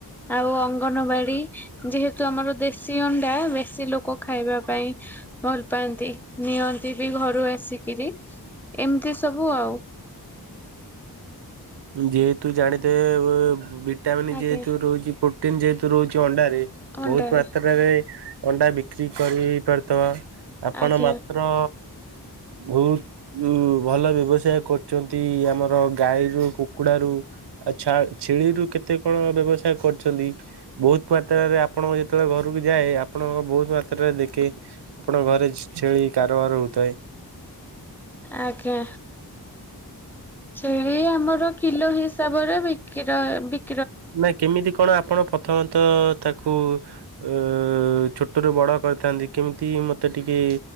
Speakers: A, in the centre; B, on the right (about 90°).
A: ଆଉ କନବାଡ଼ି ଯେହେତୁ ୁ ଆମର ଦେଶୀ ଅଣ୍ଡା ଚାସି ଲୋକ ଖାଇବା ପାଇଁ ଭଲ ପାଆନ୍ତି ନିଅନ୍ତି ବି ଘରୁ ଆସିକିରି ଏମିତି ସବୁ ଆଉ।
B: ଯେହେତୁ ଜାଣିିତେ ଭିଟାମିନ୍
A: ଆଜ୍ଞା
B: ଯେହେତୁ ରହୁଛି, ପ୍ରୋଟିନ ଯେହେତୁ ରହୁଛି ଅଣ୍ଡାରେ
A: ଅଣ୍ଡାରେ
B: ବହୁତ ମାତ୍ରାରେ ଅଣ୍ଡା ବିକ୍ରି କରିଇପାରୁଥିବ। ଆପଣ
A: ଆଜ୍ଞା
B: ମାତ୍ର ବହୁତ ଭଲ ବ୍ୟବସାୟ କରୁଛନ୍ତି ଆମର ଗାଈ ର କୁକୁଡ଼ାରୁ ଆଉ ଛ ଛେଳିରୁୁ କେତେ କଣ ବ୍ୟବସାୟ କରିୁଛନ୍ତି ବହୁତ ମାତ୍ ସେତେବେଳେ ଆପଣଙ୍କୁ ଯେତେବେଳେ ଘରକୁ ଯାଏ ଆପଣଙ୍କ ବହୁତ ମାତ୍ରାରେ ଦେଖି ଆପଣଙ୍କ ଘରେ ଛେଳି କାରବାର ହଉଥାଏ।
A: ଆଜ୍ଞା। ଛେଳି ଆମର କିଲୋ ହି ସାବରେ ବିକି ର ବି
B: ନାଇଁ କେମିତି କଣ ଆପଣ ତନ୍ତ ତା କୁ ଉଁ ଛୋ ତଟ ବଡ଼ କରିଥାନ୍ତି କେମିତି ମତେ ଟିକେ